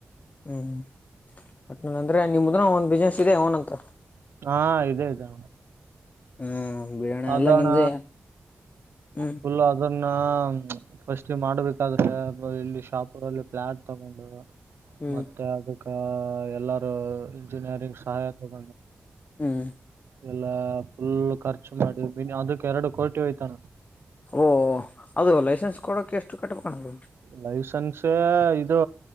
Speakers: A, on the left; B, on the right.
A: ಹ್ಮ್ಟ್ ಅಂದ್ರೆ ನಿಮ್ದನ ಒಂದ ಬಿಸ್ನೆಸ್ ಇದೆ ಅವನ ಅಂತ
B: ಹಾ ಇದದೆ ಇದೆ
A: ಹ್ಮ್ ಬಿಡೋಣ
B: ಅದಣ
A: ಎಲ್ಲ ನಿಮ್ದೇ ಹ್ಮ್
B: ಫುಲ್ಲ ಅದನ್ನ ಫಸ್ಟ್ ಪೂಜೆ ಮಾಡ್ಬೇಕಾದ್ರೆ ಇಲ್ಲಿ ಶಾಪ್ ರಲ್ಲಿ ಪ್ಲಾಟ್ ತಗೊಂಡು
A: ಹ್ಮ್
B: ಮತ್ತೆ ಅದಕ್ಕ ಎಲ್ಲಾರೂ ಇಂಜಿನಿಯರಿಂಗ್ ಸಹಾಯತಗ
A: ಹ್ಮ್
B: ಲ್ಲ ಫುಲ್ ಖರ್ಚು ಮಾಡಿ ಅದಕ್ಕೆ ಎರಡು ಕೋಟಿ ಹೋಯ್ತಾನ
A: ಓ ಅದು ಲೈಸೆನ್ಸ್ ಕೊಡಕ್ಕೆ ಎಷ್ಟು ಕಟ್ಬೇಕಣಲ್
B: ಲೈಸನ್ಸ ಇದು